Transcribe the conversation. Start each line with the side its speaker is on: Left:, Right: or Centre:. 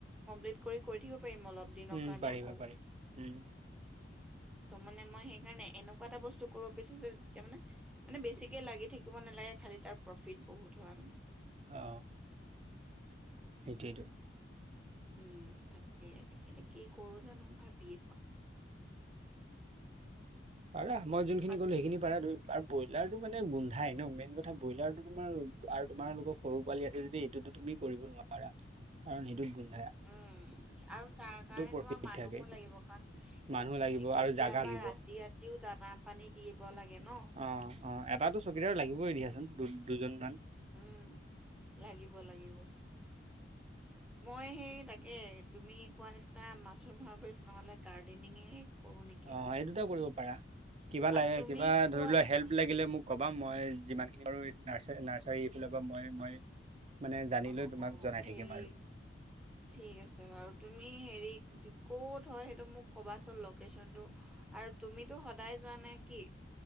Centre: কমপ্লিট কৰি থাকিব <unintelligible> পাৰিম অলপ দিনৰ
Right: উম
Centre: কাৰণে
Right: পাৰিবা
Centre: আকৌ
Right: পাৰিবা উম
Centre: ত মানে মই সেইকাৰণে এনেকুৱা এটা বস্তু কৰিব বিছাৰিছো যেতিয়া মানে মানে বেছিকে লাগি থাকিব নালাগে খালি তাৰ প্ৰফিট বহুত হয় মানে
Right: অহ সেইটোৱেইটো
Centre: উম তাকে তাকে কি কৰো জানো ভাবিয়ে পোৱা নাই <inaudible>
Right: পাৰা মই যোনখিনি
Centre: বাক
Right: ক'লো সেইখিনি পাৰা ধ আৰু ব্ৰইলাৰ মানে গোন্ধাই ন মেইন কথা ব্ৰইলাৰতো তোমাৰ আৰু তোমাৰ লগৰ সৰু পোৱালি আছে যদি এইটোতো তুমি কৰিব নোৱাৰা কাৰণ সেইটো গু
Centre: উম আৰু তাৰ কাৰণে
Right: প্ৰফিট
Centre: তোমাৰ মানুহো
Right: থাকে
Centre: লাগিব কাৰণ কেতিয়াবা
Right: মানুহ লাগিব আৰু জাগা লাগিব
Centre: ৰাতি ৰাতিও দানা পানী দিব লাগে ন
Right: অ অ এটাটো চকীদাৰ লাগিবই দিয়াচোন দু দুজনমান।
Centre: উম লাগিব লাগিব মই সেই তাকে তুমি কোৱা নিচিনা মাছৰুম হাৰ বেষ্ট নহ'লে গাৰ্ডেনিঙে কৰো নেকি
Right: অ এই দুটা কৰিব পাৰা কিবা লা
Centre: আৰু তুমি কোৱা
Right: ধৰিলোৱা সেলপ লাগিলে মোক <unintelligible> ক'বা মই যিমানখিনি পাৰো নাৰ নাৰ্চাৰীফাল পৰা মই মই মানে জানি
Centre: অঁ
Right: লৈ তোমাক
Centre: অঁ
Right: জনাই
Centre: হেৰি
Right: থাকিম আৰু
Centre: ঠিক আছে বাৰু তুমি হেৰি ক'ত হয় সেইটো মোক ক'বাচোন লকেশ্যনটো আ <unintelligible> আৰু তুমিতো সদায় যোৱা নে কি